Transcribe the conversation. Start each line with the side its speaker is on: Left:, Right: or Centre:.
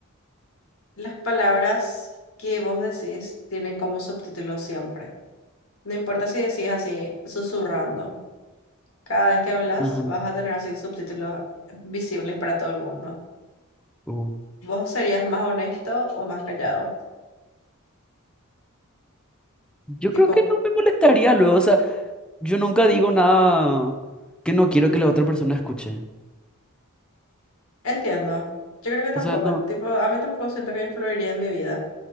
Left: Las palabras que vos decís tienen como subtítulo siempre. No importa si decís así, susurrando. Cada vez que hablas,
Centre: Ajá.
Left: vas a tener así subtítulos visibles para todo el mundo.
Centre: Uh.
Left: ¿Vos serías más honesto o más callado?
Centre: Yo creo
Left: Tipo,
Centre: que no me molestaría luego, o sea, yo nunca digo nada que no quiero que la otra persona escuche.
Left: entiendo. Yo creo que tampoco.
Centre: O sea, no,
Left: Tipo, a mí tampoco siento que influiría en mi vida.